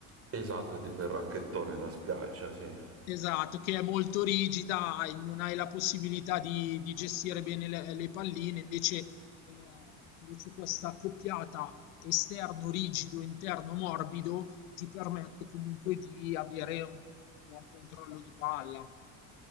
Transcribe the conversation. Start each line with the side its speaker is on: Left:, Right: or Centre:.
Right: Esatto, tipo il racchettone nella spiaggia, sì.
Left: Esatto, che è molto rigida, hai- non hai la possibilità di, di gestire bene le, le palline, invece, eh, invece questa accoppiata esterno rigido, interno morbido ti permette comunque di avere un buon controllo di palla.